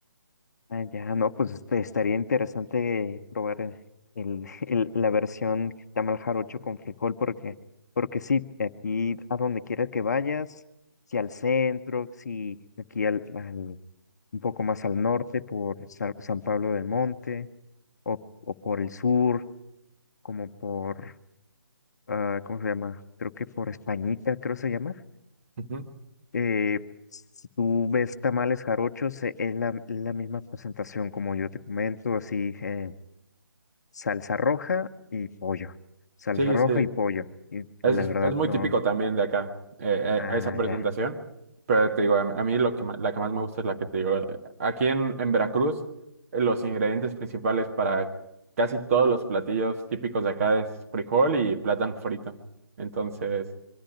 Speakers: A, on the left; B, on the right.
A: Ah, ya, no, pues este, estaría interesante probar el, el- <laughs> el- la versión tamal jarocho con frijol, porque, porque sí, aquí a donde quiera que vayas, si al centro, si aquí al, al un poco más al norte por Sa- San Pablo del Monte o, o por el sur, como por, ah, ¿cómo se llama? Creo que por Españita, creo se llama.
B: Ujú.
A: Eh, si tú ves tamales jarochos, eh, es la, la misma presentación como yo te comento, así, eh, salsa roja y pollo, salsa
B: Sí,
A: roja
B: sí.
A: y pollo. Y
B: Es,
A: la verdad
B: es muy
A: no,
B: típico también de acá, eh,
A: ah,
B: eh, a esa presentación.
A: ya,
B: Pero te digo, a, a mí lo que, ma- la que más me gusta es la que te digo. eh, Aquí en, en Veracruz, eh, los ingredientes principales para casi todos los platillos típicos de acá es frijol y plátano frito. Entonces.